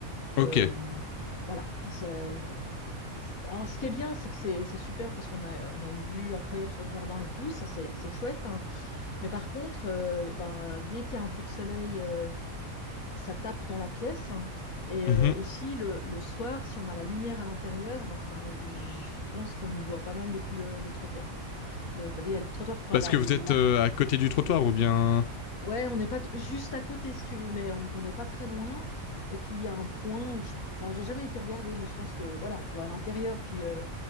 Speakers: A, on the left; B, on the left.
A: ok.
B: Euh, voilà. Puis ça- c'est- alors ce qui est bien, c'est que c'est c'est super parce qu'on a, on a une vue incroyable sur le jardin et tout, ça c'est c'est chouette. hein. Mais par contre, euh, ben, dès qu'il y a un peu de soleil, euh, ça tape dans la pièce. hein. Et
A: Mhm.
B: euh, aussi le, le soir, si on a la lumière à l'intérieur, ben, je pense qu'on nous voit pas mal depuis le, le trottoir. De, il y a le trottoir, qui- enfin
A: Parce
B: la,
A: que vous
B: la
A: êtes euh, à côté du trottoir ou bien.
B: Ouais, on n'est pas t- juste à côté si tu veux, mais on on n'est pas très loin. Et puis il y a un point où je... Enfin, j'ai jamais été regarder, mais je pense que voilà, on voit à l'intérieur, puis euh,